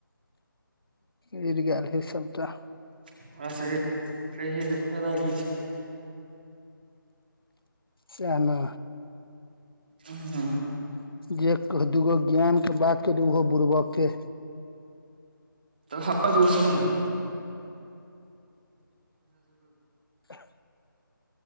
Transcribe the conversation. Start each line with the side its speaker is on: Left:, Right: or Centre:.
Left: गड़ गेल हइ सभटा
Right: ओकरा सबके कहिके फायदा की छय
Left: सैहने
Right: हं हं
Left: जे कह दूगो ज्ञान के बात कर ओहो बुड़बक के
Right: तऽ हं जोस भै <inaudible>
Left: ह <inaudible>